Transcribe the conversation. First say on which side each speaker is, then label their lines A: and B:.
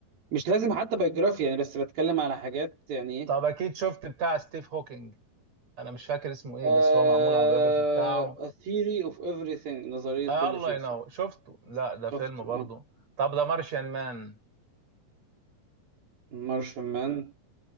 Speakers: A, on the right; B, on the right.
A: مش لازم حتى بايوجرافي يعني بس بتكلم على حاجات يعني إيه
B: طب اكيد شفت بتاع ستيف هوكينج انا مش فاكر اسمه ايه
A: آه...
B: بس هو معمول على البيوجرافي بتاعه
A: A theory of everything نظرية
B: آه
A: كل
B: الله
A: شيء
B: ينور شفته لا ده
A: شفت
B: فيلم برضه
A: اه
B: طب ده مارشيان مان
A: مارشمان